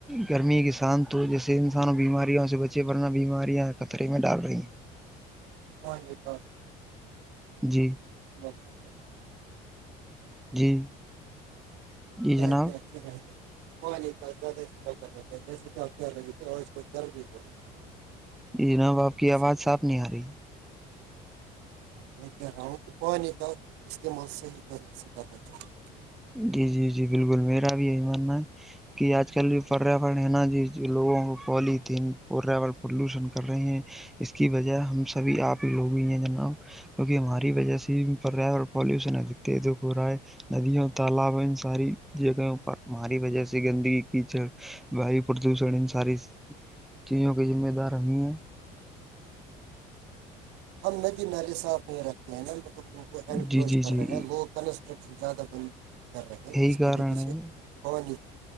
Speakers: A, in the centre; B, on the right.
A: گرمی کے شان تو جیسے انسان بیماریوں سے بچے ورنہ بیماریاں خطرے میں ڈال رہی ہیں
B: ہاں نہیں تو
A: جی
B: کر رہا ہے۔
A: جی جی
B: ٹھیک
A: جناب
B: ٹھیک پانی کا زیادہ استعمال کرنا چاہیے جیسے کہ آپ کیا لے کہ اور اس کو گرم ہی ہو رہی ہے
A: یہ جناب آپ کی
B: اسی
A: آواز
B: لیے
A: صاف نہیں آ رہی
B: میں کہہ رہا ہوں کہ پانی کا استعمال صحی طریقے سے کرنا چاہے
A: جی جی جی بالکل میرا بھی یہی ماننا ہے کہ آج کل جو پریاورن ہے نا جی لوگوں کو پال تھین پریاورن پلوشن کر رہے ہیں اس کی وجہ ہم سبھی آپ ہی لوگی ہیں جناب کیونکہ ہماری وجہ سے پریاورن اور پالوشن دکھ ہو رہا ہے ندیاں تالاب ان ساری چیزوں پر ہماری وجہ سے گندگی کیچڑ وایو پردوشن ان ساری چیزوں کے ذمہ دارمی ہیں
B: ہم نے بھیی نالے صاف نہیں رکھتے ہیں نا انکروچ
A: جی جی
B: کر
A: جی
B: رہے ہیں لوگ کنسٹرکشن زیادہ بند کر رہے ہیں
A: یہی
B: جس کی
A: کارن
B: وجہ
A: ہے
B: سے ہاں جی